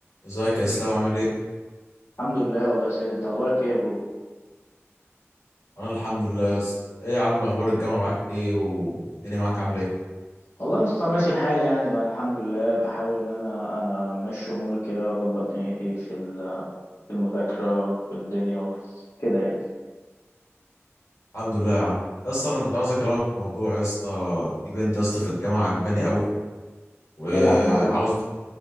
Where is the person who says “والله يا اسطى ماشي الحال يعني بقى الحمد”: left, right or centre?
Left